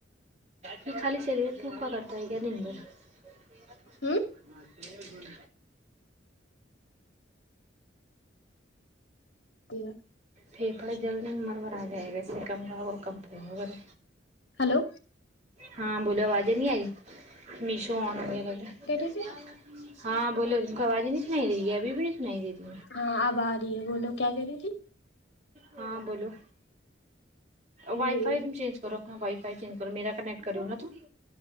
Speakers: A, on the right; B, on the left.
A: میں خال سگیر پوکوا کرتا ہے کیا دن بھر <inaudible>
B: ہوں
A: ب بول
B: تی ہے
A: پ پڑا جلد جلد مر مور آ جائے گا اس سے کم اور کمپنی وغیرہ
B: ہلو
A: ہاں بولو آوازیں نہیں آئی میشو آن گ لگے
B: کہہ رہی تھی
A: <unintelligible> ہاں بولو ت کو آوازی نہیں سنائی د رہی ہے ابھی بھی نہیں سنائی ددی
B: ہاں اب آ رہی ہے بولو کیا کہہ رہی تھی
A: ہاں بولول
B: ہوں
A: وائی فائی تم چینج کرو ہاں وائی فائی چینج کرو میرا کنیکٹ کر ہو ن تو